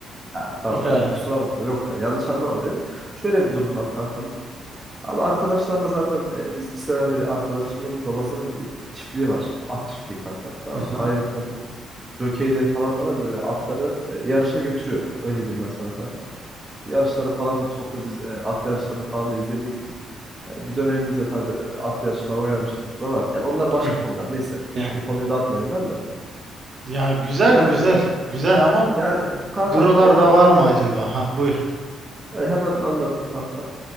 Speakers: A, on the right; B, on the right.
A: Ha, tamam
B: O kadar.
A: yok kusura bakma yok yani yanlış anlama beni. Şöyle bir durum var kankam. Abi arkadaşlarla zaten e, biz liseden beri arkadaşımın babasının bir çiftliği var. At çiftliği kankam tamam
B: Aha.
A: mı? Ayrıca jokeyleri falan da var böyle atları e, yarışa götürüyor. Öyle diyeyim ben sana kanka. Yarışlara falan sokuyor biz e, at yarışlarını falan da izlemeye gittik. E, bir dönemimizde tabii e, at yarışı falan oynamışlığımız da var. Yani onlar başka
B: Hı.
A: konular neyse.
B: Ya
A: Şimdi konuyu dağıtmayayım ben de.
B: Ya güzel
A: Yani
B: güzel güzel ama
A: yani kankam
B: buralarda
A: e, orada
B: var mı acaba? Ha buyur.
A: Ya hemen anlatayım kankam.